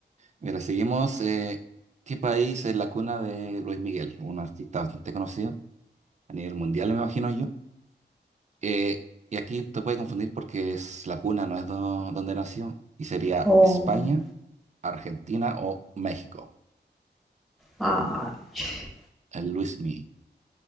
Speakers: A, on the right; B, in the centre.
A: Mira, seguimos. eh, ¿qué país es la cuna de Luis Miguel? Un artista bastante conocido a nivel mundial, me imagino yo. Eh, y aquí te puede confundir porque es la cuna, no es do- donde nació, y sería
B: Oh.
A: España Argentina o México,
B: Ah, ch-
A: el Luis Miguel.